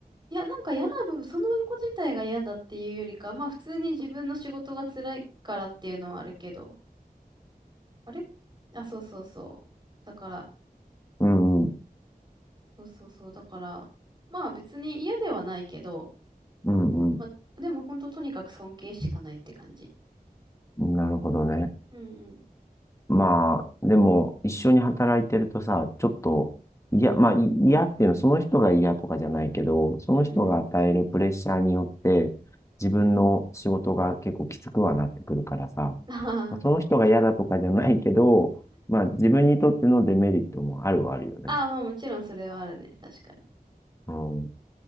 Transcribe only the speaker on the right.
いや、なんか嫌な部分、その子自体が嫌だっていうよりか、まあ普通に自分の仕事が辛いからっていうのはあるけど。あれあ、そうそうそう。だから、
そうそうそう。だから、まあ別に嫌ではないけど、
まあでも本当とにかく尊敬しかないって感じ。
うんうん。
うんうん。
<laughs> ああ。
ああ、まあもちろんそれはあるね。確かに。